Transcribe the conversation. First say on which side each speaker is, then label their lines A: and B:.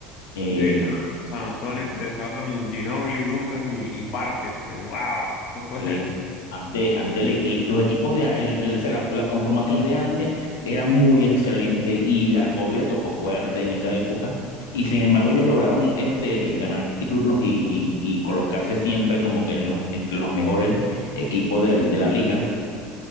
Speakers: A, on the left (about 85°); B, on the left (about 60°).
A: eh,
B: Sí, estaba San Antonio, que estaban Ginóbili, Duncan y, y Parker, que wow, no fue.
A: Sí, ante, ante el- el- los equipos de el- o sea, la, la conformación de antes era muy excelente y a Kobe le tocó fuerte en esa época y sin embargo ellos lograron este, ganar títulos y, y- y colocarse siempre como que en los- entre los mejores equipos del- de, la liga.